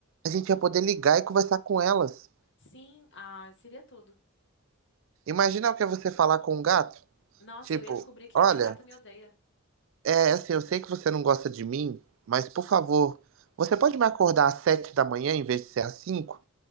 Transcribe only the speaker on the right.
a gente ia poder ligar e conversar com elas.
Imagina o que é você falar com um gato.
Tipo,
olha,
é assim, eu sei que você não gosta de mim, mas por favor, você pode me acordar às sete da manhã em vez de ser às cinco?